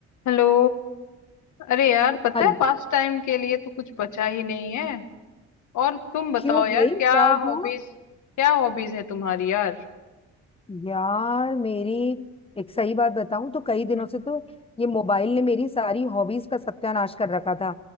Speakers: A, on the left; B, on the left.
A: हेलो अरे यार पता
B: Hello
A: है पास टाइम के लिए तो कुछ बचा ही नहीं है और तुम बताओ
B: क्यों
A: यार
B: भाई
A: क्या
B: क्या हो गया
A: हॉबीज क्या हॉबीज है तुम्हारी यार
B: यार मेरी एक सही बात बताऊं तो कई दिनों
A: हम्म,
B: से तो ये मोबाइल ने मेरी सारी हॉबीज का सत्यानाश कर रखा था